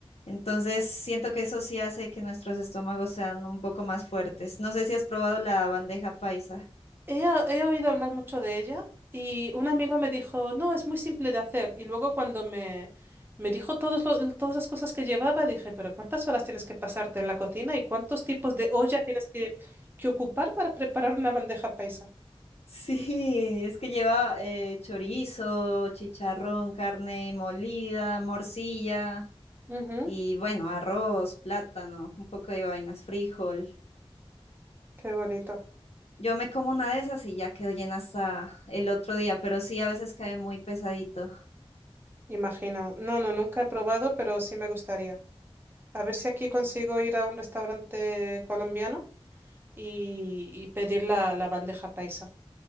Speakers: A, on the left; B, on the right.
A: Entonces, siento que eso sí hace que nuestros estómagos sean un poco más fuertes. No sé si has probado la bandeja paisa.
B: He, he oído hablar mucho de ella y un amigo me dijo, no, es muy simple de hacer. Y luego cuando me, me dijo todos lo- todas las cosas que llevaba, dije, pero ¿cuántas horas tienes que pasarte en la cocina y cuántos tipos de olla tienes que, que ocupar para preparar una bandeja paisa?
A: Sí, es que lleva eh, chorizo, chicharrón, carne molida, morcilla
B: Ujú,
A: y bueno, arroz, plátano, un poco de vainas, frijol.
B: Qué bonito,
A: Yo me como una de esas y ya quedo llena hasta el otro día, pero sí, a veces cae muy pesadito.
B: imagino. No, no, nunca he probado, pero sí me gustaría. A ver si aquí consigo ir a un restaurante colombiano y, y pedir la, la bandeja paisa.